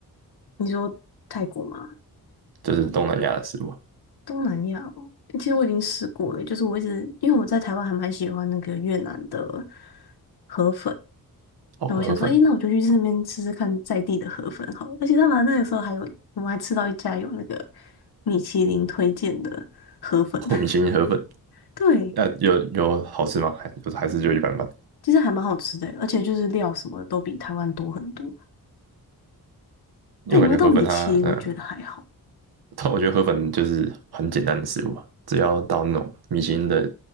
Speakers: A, on the left; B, on the right.
A: 你说泰国吗？
B: 就是东南亚的食物啊。
A: 东南亚哦其实我已经试过了，就是我一直因为我在台湾还蛮喜欢那个越南的河粉，
B: 哦，
A: 那我想说，
B: 河粉，
A: 诶，那我就去那边吃吃看在地的河粉好了，而且他们那个时候还有，我们还吃到一家有那个米其林推荐的河粉，
B: 我米其林河粉，
A: <laughs> 对，
B: 呃，有有好吃吗？还有还是就一般般？
A: 其实还蛮好吃的欸，而且就是料什么的都比台湾多很多。
B: 因为我感觉河粉它，
A: 但有没有到米其林，
B: 嗯、
A: 我觉得还好。
B: 呃但我觉得河粉就是很简单的食物吧，只要到那种米其林的，